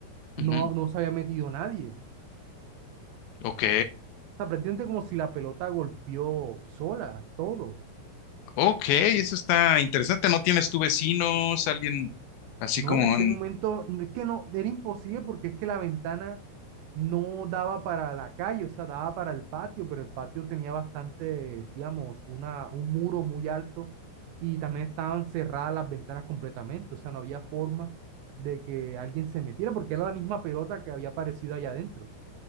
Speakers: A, on the right (about 75°); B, on the left (about 75°).
A: no,
B: Ujú.
A: no se había metido nadie.
B: Ok,
A: O sea, prácticamente como si la pelota golpeó sola, todo.
B: ok, eso está interesante. ¿No tienes tú vecinos, alguien así
A: No,
B: como
A: en ese
B: en...
A: momento no, es que no, era imposible porque es que la ventana no daba para la calle, o sea, daba para el patio, pero el patio tenía bastante, digamos, una, un muro muy alto y también estaban cerradas las ventanas completamente, o sea, no había forma de que alguien se metiera porque era la misma pelota que había aparecido allá adentro.